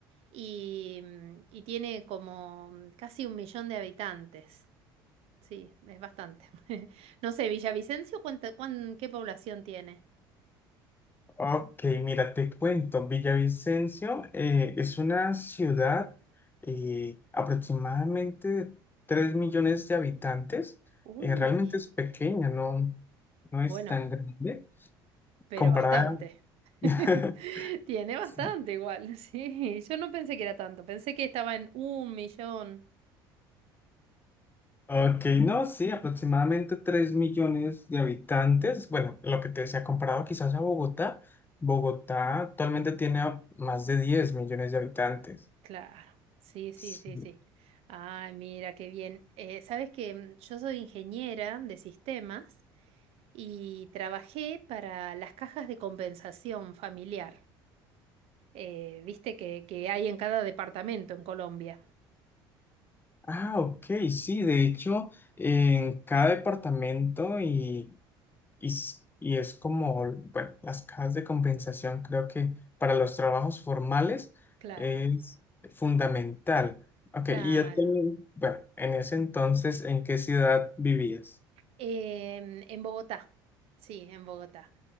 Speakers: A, on the right (about 60°); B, on the left (about 20°).
A: Y, mm, y tiene como mm, casi un millón de habitantes. Sí, es bastante. <laughs> No sé, Villavicencio, ¿cuánta, cuán- qué población tiene?
B: Ok, mira, te cuento, Villavicencio eh, es una ciudad eh, aproximadamente de 3 millones de habitantes.
A: Uy,
B: Eh, realmente es pequeña, no, no es
A: bueno,
B: tan grande
A: pero
B: comparada.
A: bastante.
B: <laughs>
A: <laughs> Tiene bastante
B: Sí.
A: igual, <laughs> sí. Yo no pensé que era tanto, pensé que estaba en un millón.
B: Ok, no, sí, aproximadamente tres millones de habitantes. Bueno, lo que te decía, comparado quizás a Bogotá, Bogotá actualmente tiene a- más de 10 millones de habitantes.
A: Claro, sí, sí,
B: Sí.
A: sí, sí. Ay, mira, qué bien. Eh, sabes que mm, yo soy ingeniera de sistemas y trabajé para las cajas de compensación familiar, eh, viste que, que hay en cada departamento en Colombia.
B: Ah, ok, sí, de hecho, en cada departamento y, y, s- y es como, bueno, las cajas de compensación creo que para los trabajos formales
A: Claro,
B: es fundamental. Ok,
A: claro.
B: y actualmente, bueno, en ese entonces, ¿en qué ciudad vivías?
A: Em, en Bogotá, sí, en Bogotá.